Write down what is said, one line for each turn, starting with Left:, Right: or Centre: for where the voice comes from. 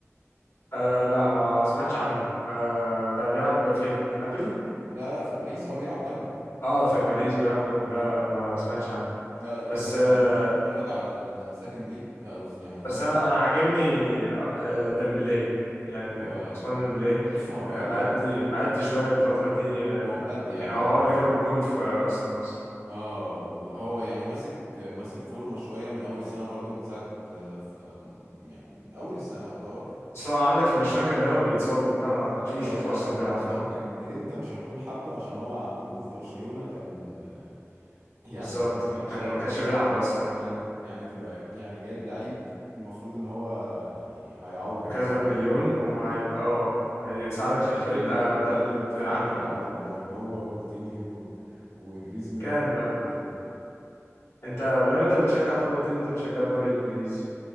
Left: آه لا ما سمعتش عنه آه ده بيلعب فين في نابولي
Right: لا لا في باريس هو بيلعب جنبه
Left: اه في باريس بيلعب جنبه لا لا ما سمعتش عنه
Right: لا لا جامد
Left: بس
Right: قوي
Left: آه
Right: يعني انت اتفرج على السكند ليج او س- يعني الماتش
Left: بس انا
Right: ده،
Left: انا عاجبني آه ديمبلي يعني
Right: هو
Left: عثمان ديمبلي
Right: بص هو
Left: آه،
Right: يعني
Left: مأدي مأدي شويه الفتره دي آه،
Right: هو مأدي يعني
Left: يعني
Right: هو
Left: هو هو اللي جاب الجون في ارسنال اصلا
Right: اه وهو يعني ماسك ماسك فورمه شويه من اول السنه برضو من ساعه آه، ف- آم، يعني من اول السنه يعتبر
Left: اصلا عندك في برشلونة كان دايما بيتصاب وبتاع ما كنتش
Right: ايوه
Left: بشوفه
Right: يا ابني انا
Left: اصلا
Right: يعني
Left: بيلعب
Right: متوقع
Left: فاهم
Right: ان انت مش هتكون حابه عشان هو عندكم في برشلونه كان <laughs> آه، يعني
Left: بالظبط
Right: كان وحش
Left: كان
Right: قوي
Left: ما كانش
Right: يعني
Left: بيلعب اصلا يعني
Right: ايوه
Left: آه،
Right: يعني تبقى يعني جايب لعيب المفروض ان هو يعني هيعوض
Left: بكذا
Right: نيمار
Left: مليون
Right: بقى وبتاع
Left: وهيبقى اه هيساعدك
Right: انا
Left: في
Right: فاكر
Left: الفريق
Right: ان
Left: لا
Right: ده
Left: انت
Right: ده
Left: بتعالجه
Right: اللي المفروض كان هيعوض نيمار هو وكوتينيو وجريزمان
Left: كان
Right: وكل
Left: بقى
Right: اللعيبه دي
Left: انت بقى انت بتشجع طب قلت لي انت بتشجع الدوري الانجليزي